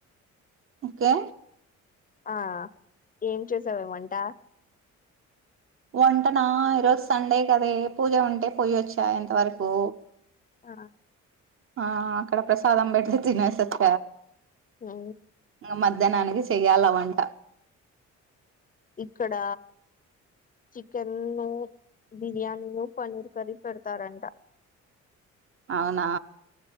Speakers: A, on the right; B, on the left.
A: ఓకే
B: ఆ ఏం చేూసావేమంట
A: వంటనా ఈరోజు సండే కదే పూజ ఉంటే పోయొచ్చా ఎంతవరకు
B: ఆ
A: ఆ అక్కడ ప్రసాదాం పెడితే తినేసి వచ్చ
B: ఉ
A: మధ్యాహ్నానికి చెయాలవంట
B: ఇక్కడ చికెన్ ను బిర్యానీ ను పన్నిర్ కర్రీ పెడతారంట
A: అవునా